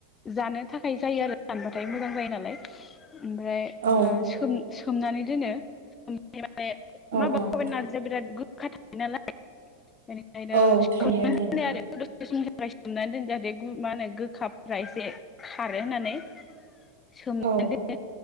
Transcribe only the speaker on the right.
औ
औ
औ
औ
थायो थायो
औ